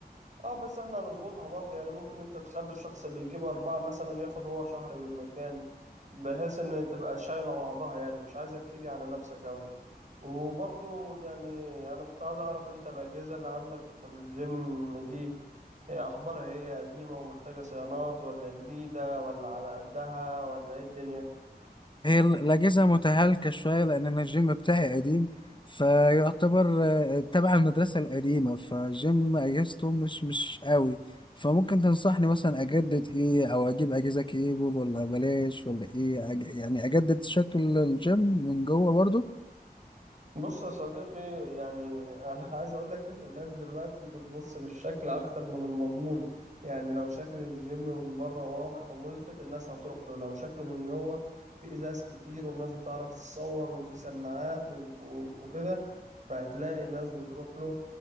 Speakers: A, on the right; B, on the left.
A: اه بس احنا هنظبطها برضه يعني ممكن انت تخلي الشخص اللي يجيب أربعة مثلا ياخد هو شهر بالمجان بحيث إن تبقى شايلة بعضها يعني مش عايزك تيجي على نفسك أوي وبرضو يعني أنا كنت عايز أعرف أنت الأجهزة اللي عندك في الجيم دي هي أخبارها إيه قديمة ومحتاجة صيانات ولا جديدة ولا على قدها ولا إيه الدنيا
B: هي ال- الأجهزة متهالكة شوية لأن أنا الجيم بتاعي قديم فيعتبر آه، تبع المدرسة القديمة فالجيم أجهزته مش مش قوي فممكن تنصحني مثلا أجدد إيه أو أجيب أجهزة كيبل ولا بلاش ولا إيه أج... يعني أجدد شكل الجيم من جوه برضو
A: بص يا صديقي يعني أنا <laughs> عايز أقولك إن الناس دلوقتي بتبص للشكل أكتر من المضمون يعني لو شكل الجيم من بره واضح وملفت الناس هتروح له لو شكله من جوه في إزاز كتير والناس بتعرف تتصور وفي سماعات و- و- وكده فهتلاقي الناس بتروح له